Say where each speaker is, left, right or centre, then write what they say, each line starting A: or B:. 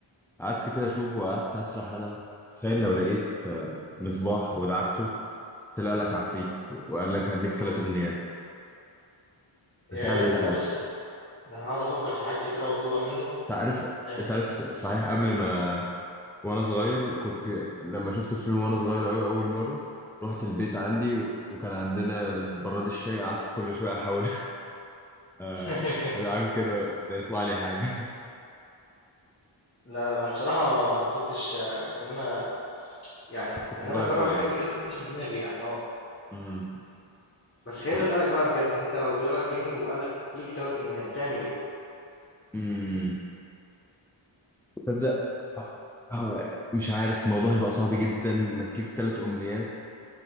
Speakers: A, in the centre; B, on the left.
A: قعدت كده اشوفه وقعدت اسرح انا تخيل لو لقيت آه مصباح ودعكته طلع لك عفريت وقال لك هديك ثلاث امنيات
B: يا
A: هتعمل
B: ده
A: ايه ساعتها
B: انا بص ده انا هقعد افكر في حاجات كتير أوي اطلبها منه
A: انت عارف
B: آه،
A: انت عارف صحيح قبل ما وانا صغير كنت لما شفت الفيلم وانا صغير قوي اول مره رحت البيت عندي وكان عندنا براد الشاي قعدت كل شويه احاول <laughs> آه،
B: <laughs>
A: ادعكه كده ده يطلع لي حاجه
B: لا انا بصراحه ما كنتش آه، ان انا يعني
A: كنت
B: ان
A: صغير
B: انا اجرب
A: قوي
B: حاجه
A: يعني
B: زي كده ما كانتش في دماغي يعني اه
A: امم
B: بس خليني
A: طب
B: اسالك بقى بجد انت لو طلع لك جني وقال لك ليك ثلاث امنيات هتعمل ايه
A: امم تصدق آه، مش عارف الموضوع هيبقى صعب جدا انك ليك ثلاث امنيات